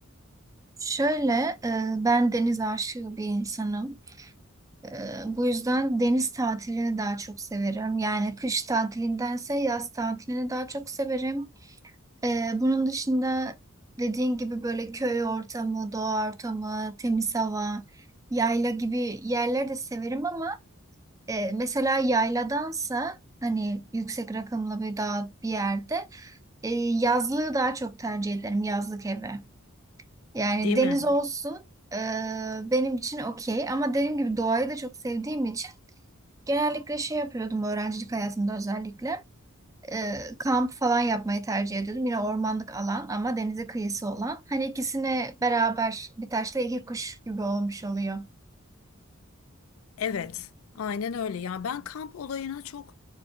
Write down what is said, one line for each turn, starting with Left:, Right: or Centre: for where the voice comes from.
Right: Şöyle, e, ben deniz aşığı bir insanım. E, bu yüzden deniz tatilini daha çok severim. Yani kış tatilindense yaz tatilini daha çok severim. E, bunun dışında dediğin gibi böyle köy ortamı, doğa ortamı, temiz hava, yayla gibi yerleri de severim ama e, mesela yayladansa hani yüksek rakımlı bir dağ bir yerde e, yazlığı daha çok tercih ederim, yazlık evi. Yani
Left: değil
Right: deniz
Left: mi?
Right: olsun e, benim için okey ama dediğim gibi doğayı da çok sevdiğim için genellikle şey yapıyordum öğrencilik hayatımda özellikle E, kamp falan yapmayı tercih ediyordum. Yine ormanlık alan ama denize kıyısı olan. Hani ikisine beraber bir taşla iki kuş gibi olmuş oluyor.
Left: Evet, aynen öyle ya ben kamp olayına çok